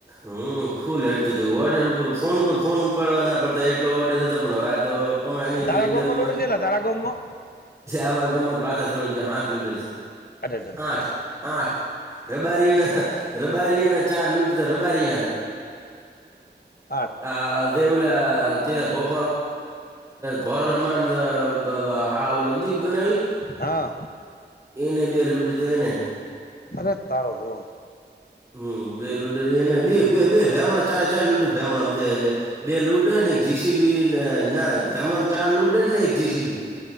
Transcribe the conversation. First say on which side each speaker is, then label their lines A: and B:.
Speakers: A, on the right (about 15°); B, on the left (about 55°).
A: હમ ફૂલ હેડતું હતું ઓર્ડર ઉપર ફોન ઉપર ફોન ઉપાડવા ના પડતા એટલો ઓર્ડર હતો પણ વાતો ક એની
B: તારા
A: એકદમ
B: ગામમાં લોડર ચેલા તારા ગામમાં
A: અમારે ગમત વાત થોડી હાથ લુડેર છે.
B: અરે અરે અરે.
A: આઠ આઠ રબારીના રબારી અને ચાર લૂટ તો રબારી ના
B: આઠ
A: આ દેવલે તીધ પોપ પોરલમણા હાલી બનેવી
B: હા
A: એને બે લુડ દ એને
B: અરે તાર હલો
A: હમ બે લુડડી એને બે બે બે ફેમડા ચારે ચાર લુડડી ફેમડા બે લુડન એક જીસીબીને ના ભેમ ચાર લુડન ને એક જીસીબી